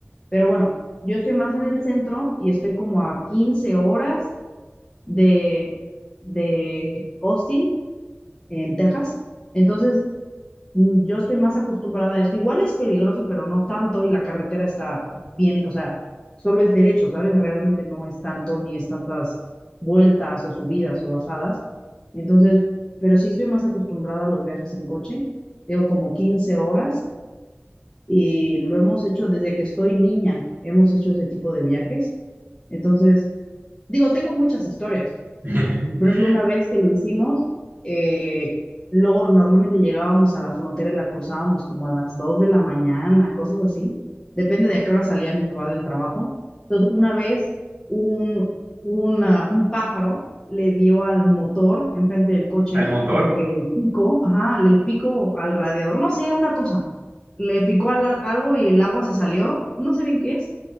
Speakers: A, on the left (about 20°); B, on the right (about 45°).
A: Pero bueno, yo estoy más en el centro y estoy como a 15 horas de, de Austin, en Texas. Entonces, mm, yo estoy más acostumbrada a esto. Igual es peligroso, pero no tanto y la carretera está bien, o sea, solo es derecho, ¿sabes? Realmente no es tanto ni es tantas vueltas o subidas o bajadas. Entonces, pero sí estoy más acostumbrada a los viajes en coche. Tengo como 15 horas y lo hemos hecho desde que estoy niña, hemos hecho ese tipo de viajes. Entonces, digo, tengo muchas historias.
B: <laughs>
A: Por ejemplo, una vez que lo hicimos, eh, luego normalmente llegábamos a la frontera y la cruzábamos como a las 2 de la mañana, cosas así. Depende de a qué hora salía mi papá del trabajo. Entonces, una vez un, una- un pájaro le dio al motor enfrente del coche,
B: Al motor,
A: como que el pico, ajá, el pico al radiador, no sé, una cosa. Le picó al- algo y el agua se salió, no sé bien qué es,